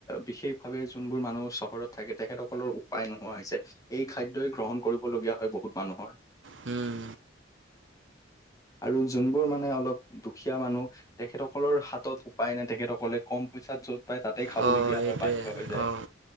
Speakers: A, on the left (about 20°); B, on the right (about 75°).
A: বিশেষ ভাৱে জোনবোৰ মানুহ চফ ঘৰত থাকে তেখেতসকলৰ উপায় নোহোৱা হৈছে, এই খাদ্য গ্ৰহণ কৰিবলগীয়া হয় বহুত মানুহৰ
B: হম
A: আৰু যোনবোৰ মানে অলপ দুখীয়া মানুহ তেখেতসকলৰ হাতত পায় নে তেখেতসকলে কম পইচাত য'ত পায় তাতেই খাবলগীয়া
B: অঁ এইটোৱে
A: হয় বাধ্য হৈ যায়।
B: অঁ